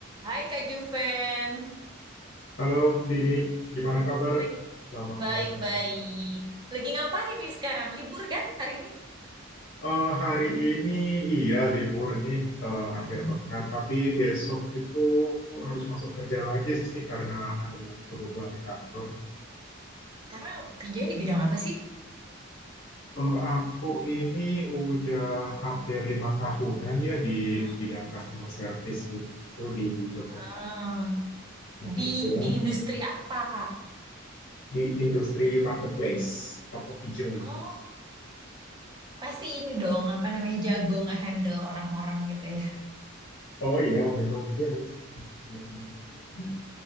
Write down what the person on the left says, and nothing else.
Halo Dini, gimana kabar?
Lama
udah nggak jumpa.
Eh, hari ini iya libur nih eh,
akhir pekan, tapi besok itu harus masuk kerja lagi sih karena ada lagi kebutuhan di kantor.
Eh, aku ini udah hampir lima tahunan ya di
bidang customer service gitu di Yogyakarta.
Nah
kebetulan
eh,
di industri marketplace, toko hijau lah.
Oh iya, memang ini harus sangat jago banget ini. <laughs>